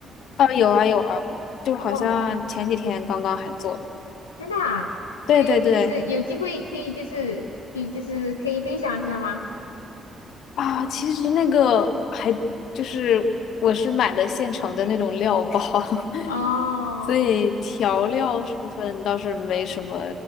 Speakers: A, on the left (about 60°); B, on the left (about 85°).
A: 啊，有啊有啊，就好像前几天刚刚还做了。
B: 哦，真的啊，
A: 对对对。
B: 可以，就是有机会可以，就是就就是可以分享一下吗？
A: 啊，其实那个还就是我是买的现成的那种料包，
B: 哦，
A: <laughs> 所以调料部分倒是没什么